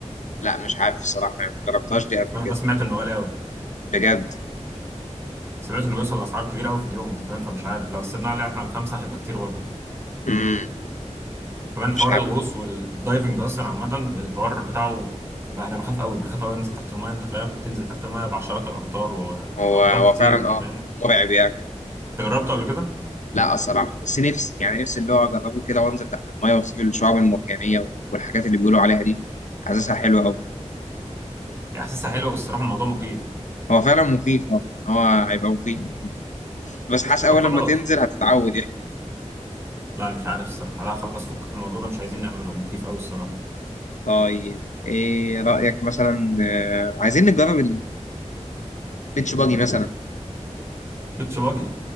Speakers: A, on the left (about 85°); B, on the right (about 20°).
A: لا مش عارف الصراحه يعني ما جربتهاش دي قبل
B: بس انا
A: كده
B: سمعت انه غالي قوي
A: بجد
B: سمعت انه بيوصل لاسعار كبيره قوي في اليوم انت فاهم فمش عارف لو قسمنا عليه احنا الخمسه هيبقى كتير برضه
A: مم.
B: كمان حوار
A: مش عارف
B: الغوص والدايفنج اصلا عامه الحوار بتاعه بقى انا بخاف قوي بخاف قوي انزل تحت المايه انت فاهم تنزل تحت المايه بعشرات الامتار وامتار
A: هو هو
B: كتير
A: فعلا
B: انت
A: اه
B: فاهم انت
A: مرعب يعني
B: جربته قبل كده
A: لا الصراحه بس نفسي يعني نفسي اللي هو اجربه كده وانزل تحت المايه واشوف الشعاب المرجانيه والحاجات اللي بيقولوا عليها دي حاسسها حلوه قوي
B: يعني احساسها حلو بس الصراحه الموضوع مخيف
A: هو فعلا مخيف اه هو هيبقى مخيف بس حاسس اول
B: طب خلاص
A: لما تنزل هتتعود يعني
B: لا مش عارف الصراحه لا خلاص فكك من الموضوع ده مش عايزين نعمله مخيف قوي الصراحه
A: طيب ايه رايك مثلا آه، عايزين نجرب البيتش باجي مثلا
B: بيتش باجي